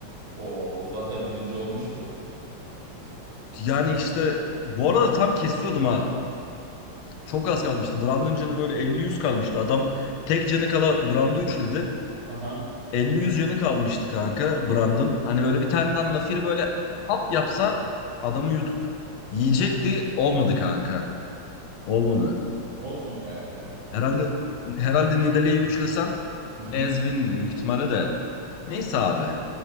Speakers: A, on the right (about 75°); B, on the left (about 85°).
A: O zaten birinci olmuştur o.
B: Yani işte bu arada tam kesiyordum ha. Çok az kalmıştı. Brand'ın canı böyle elli yüz kalmıştı. Adam tek canı kala Brand'ı üçledi.
A: Aha.
B: 50-100 yanı kalmıştı kanka Brandon. Hani böyle bir tane nafiri böyle hap yapsa adamı yutup
A: <laughs>
B: yiyecekti. Olmadı kanka. Olmadı.
A: Olsun kanka.
B: Herhalde herhalde Nidalee'yi üçlesem
A: Hı hı.
B: Ez win'di büyük ihtimalle de. Neyse abi.